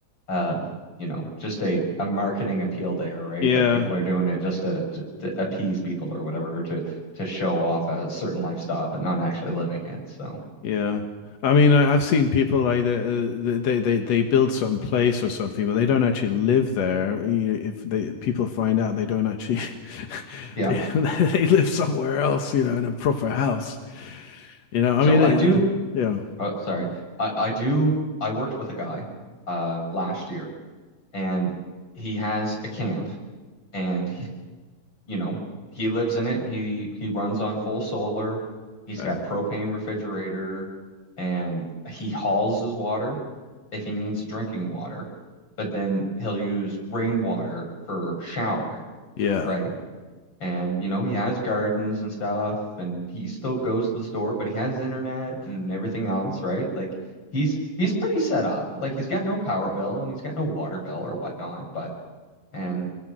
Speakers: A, on the left; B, on the left.
A: um, you know, just a a marketing appeal there, right?
B: Yeah.
A: That people are doing it just to, to, to appease people or whatever, or to to show off a certain lifestyle, but not actually living it. So,
B: Yeah. I mean, I, I've seen people like uh, they they they build some place or something, but they don't actually live there. You know, If they people find out, they don't actually <laughs>
A: yeah.
B: they <laughs> they live somewhere else, you know, in a proper house. You know,
A: So
B: I mean,
A: I
B: it,
A: do,
B: yeah,
A: oh, sorry. I I do I worked with a guy uh last year and he has a camp and he- you know, he lives in it. He he runs on full solar. He's
B: uh,
A: got propane refrigerator and he hauls his water if he needs drinking water, but then he'll use rainwater for showering,
B: yeah,
A: right? And you know, he has gardens and stuff and he still goes to the store, but he has internet and everything else, right? Like he's he's pretty set up. Like he's got no power bill and he's got no water bill or whatnot, but and